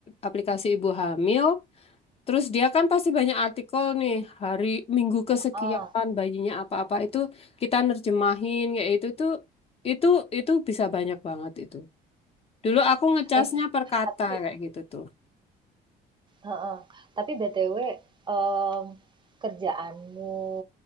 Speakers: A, on the left (about 35°); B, on the right (about 30°).
A: aplikasi ibu hamil Terus dia kan pasti banyak artikel nih, hari minggu kesekian
B: ah.
A: bayinya apa-apa itu kita nerjemahin kayak itu tuh itu itu bisa banyak banget itu. Dulu aku ngecasnya
B: Eh,
A: per kata
B: tapi
A: kayak gitu tuh.
B: heeh, tapi BTW, mmm, kerjaanmu